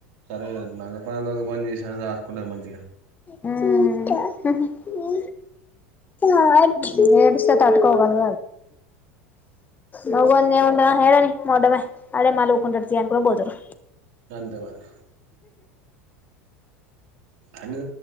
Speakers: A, on the right; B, on the left.
A: సరే మంగ ప్ర దొంగ పని చేసా దాసుకుంటారు మంచి
B: ఉమ్ హుహు ఆ ఏడుస్తే తటుకోవాదు మగవంది ఏముంటది ఏడవని మొడ్డమే అదే మాల్గుకుంటర్త చీ అన్కోనీ పోతాడు
A: అంతేమల అనే